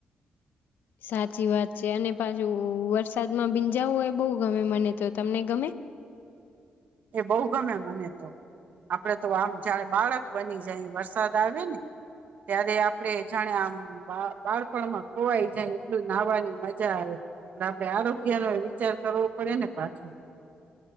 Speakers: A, on the left; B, on the right.
A: સાચી વાત છે અને પાછુ વરસાદમાં બીંજાવું એય બઉ ગમે મને તો તમને ગમે?
B: એ બઉ ગમે મને તો. આપડે તો આમ જયારે બાળક બની જાયે વરસાદ આવે ને ત્યારે આપ ડે જાણે આમ બા બાળપણમાં ખોવાઈ જાય એટલું નાહવાની મજા આવે. પણ આપડે આરોગ્યનોય વિચાર કરવો પડે ને પાછું.